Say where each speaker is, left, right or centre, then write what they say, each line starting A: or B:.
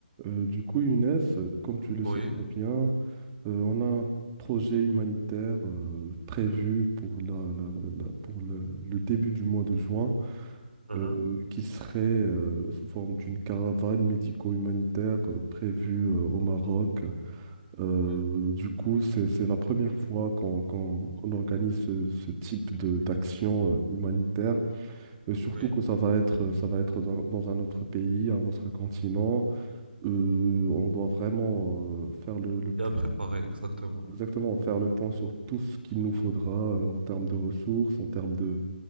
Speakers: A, on the right; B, on the right.
A: Euh, du coup, Younes, euh, comme tu le
B: Oui,
A: sais très bien, euh, on a un projet humanitaire euh, prévu pour, la- la- la- la- pour le, le début du mois de juin,
B: hein,
A: euh, qui serait euh, sous forme d'une caravane médico-humanitaire euh, prévue euh, au Maroc. Euh,
B: oui,
A: du coup, c'est, c'est la première fois qu'on qu'on- qu'on organise ce, ce type de, d'action euh, humanitaire, et surtout
B: oui,
A: que ça va être, ça va être dans dans un autre pays, un autre continent. Euh, on doit vraiment euh, faire le, le
B: bien
A: point.
B: préparé, exactement.
A: Exactement, faire le point sur tout ce qu'il nous faudra euh, en termes de ressources, en termes de,